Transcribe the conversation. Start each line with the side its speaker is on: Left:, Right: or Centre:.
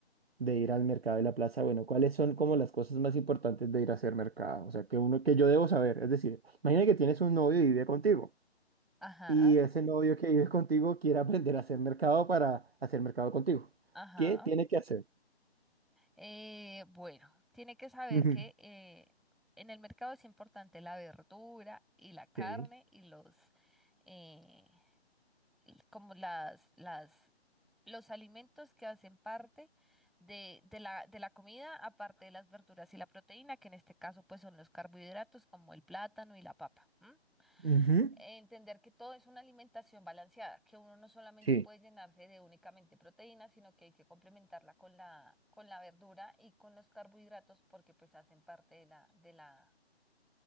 Right: de ir al mercado de la plaza, bueno, ¿cuáles son como las cosas más importantes de ir a hacer mercado? O sea, que uno que yo debo saber, es decir, imagina que tienes un novio y vive contigo
Centre: Ajá,
Right: y ese novio que vive contigo quiere aprender a hacer mercado para hacer mercado contigo.
Centre: ajá.
Right: ¿Qué tiene que hacer?
Centre: Eh, bueno, tiene que saber
Right: Ujú.
Centre: que eh, en el mercado es importante la verdura y la carne
Right: Sí.
Centre: y los eh, el- como las, las, los alimentos que hacen parte de, de la, de la comida, aparte de las verduras y la proteína, que en este caso pues son los carbohidratos como el plátano y la papa. ¿m?
Right: Ujú.
Centre: entender que todo es una alimentación balanceada, que uno no solamente
Right: Sí.
Centre: puede llenarse de únicamente proteínas, sino que hay que complementarla con la, con la verdura y con los carbohidratos porque pues hacen parte de la, de la,